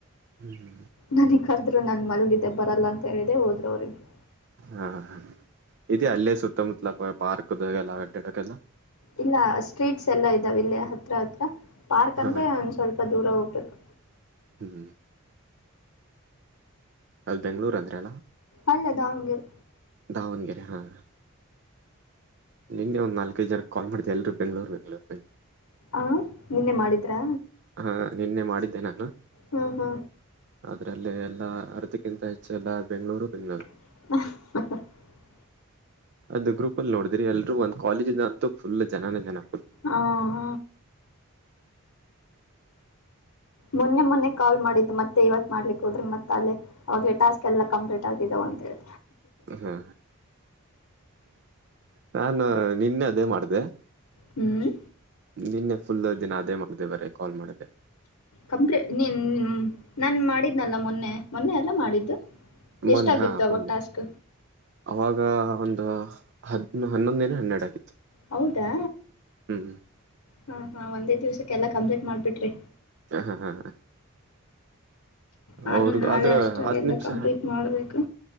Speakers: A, on the right; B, on the left.
A: ಹ್ಮ್
B: ನನಗ್ ಕರ್ದ್ರು ನನ್ ಮಲಗಿದ್ದೆ ಬರಲ್ಲ ಅಂತ ಹೇಳಿದೆ ಹೋದ್ರು ಅವ್ರಿಬ್ರು
A: ಹಾ ಇದೇ ಅಲ್ಲೇ ಸುತ್ತಮುತ್ತಲ ಪಾರ್ಕ್ದಲ್ಲ ಆಡಕೆಲ್ಲ
B: ಇಲ್ಲ ಸ್ಟ್ರೀಟ್ಸ್ ಎಲ್ಲ ಇದ್ದಾವಲ್ಲಿ ಹತ್ರ ಹತ್ರ ಪಾರ್ಕ್
A: ಹಾ
B: ಅಂತೆ ಒಂದ ಸ್ವಲ್ಪ ದೂರ ಹೋಗ್ಬೇಕು.
A: ಹ್ಮ್ ಅಲ್ಲಿ ದೆಂಗ್ಳೂರು ಅಂದ್ರ ಅಲ್ಲ
B: ಅಲ್ಲ ದಾವಣಗೆರೆ
A: ದಾವಣಗೆರೆ ಹಾಂ ನಿಂಗೆ ಒಂದ್ ನಾಲ್ಕೈದು ಜನ ಕಾಲ್ ಮಾಡಿದೆ ಎಲ್ರರು ಬೆಂಗ್ಳೂರ್ ಬೆಂಗ್ಗಳೂರ್.
B: ಅಂ ನಿನ್ನೆ ಮಾಡಿದ್ರಾ
A: ಹಾ ನಿನ್ನೆ ಮಾಡಿದ್ದೆ ನಾನು
B: ಹಾ ಹಾ
A: ಅದ್ರಲ್ಲಿ ಎಲ್ಲಾ ಅರ್ದಕ್ಕಿಂತ ಹೆಚ್ಚು ಎಲ್ಲ ಬೆಂಗ್ಗಳೂರು ಬೆಂಗ್ಗಳೂರು.
B: <unintelligible>
A: ಅದು ಗ್ರೂಪ್ ಅಲ್ಲಿ ನೋಡಿದ್ರಿ ಎಲ್ರೂ ಒಂದ್ ಕಾಲೇಜ್ ಯಿಂದ ಅಂತೂ ಫುಲ್ ಜನಾನೆ ಜನ
B: ಹಾಂ ಮೊನ್ನೆ ಮೊನ್ನೆ ಕಾಲ್ ಮಾಡಿದ್ದು ಮತ್ತೆ ಇವತ್ ಮಾಡ್ಲಿಕ್ ಹೋದ್ರಿ ಮತ್ತೆ ಅಲ್ಲೆ <unintelligible> ಟಾಸ್ಕ್ ಎಲ್ಲ ಕಂಪ್ಲೀಟ್ ಆಗಿದ್ದಾವ ಅಂತ ಹೇಳ್
A: ಹಾ ನಾನು ನಿನ್ನೆ ಅದೇ ಮಾಡಿದೆ
B: ಹ್ಮ್
A: ನಿನ್ನೆ ಫುಲ್ ದಿನ ಅದೇ ಮಾಡಿದೆ ಬರೀ ಕಾಲ್ ಮಾಡ್ದೆ
B: ಕಂಪ್ಲೇಟ್ ನೀನ್ ನಾನ್ ಮಾಡಿದ್ನಲ್ಲ ಮೊನ್ನೆ ಮೊನ್ನೆ ಅಲ್ಲ ಮಾಡಿದ್ದು
A: ಮೊನ್ನೆ
B: ಎಷ್ಟಾಗಿತ್ತು
A: ಹಾ
B: ಅವಾಗ
A: ಮೊನ್ನೆ
B: ಟಾಸ್ಕ್.
A: ಅವಾಗ ಒಂದು ಹದ್ ಹನ್ನೊಂದಿನ ಹನ್ನೆರಡು ಆಗಿತ್ತು
B: ಹೌದಾ
A: ಹ್ಮ್
B: ಹಾ ಹಾ ಒಂದೇ ದಿವ್ಸಕ್ಕೆಲ್ಲ ಕಂಪ್ಲೀಟ್ ಮಾಡ್ಬಿಟ್ರಿ.
A: ಹಾ ಹಾ ಹಾ
B: ನಾನು
A: ಅವ್ರು
B: ನಾಳೆ
A: ಆದ್ರ
B: ಅಷ್ಟ್ರಾಗ
A: ಹತ್
B: ಎಲ್ಲ
A: ನಿಮಿಷ
B: ಕಂಪ್ಲೀಟ್ ಮಾಡ್ಬೇಕು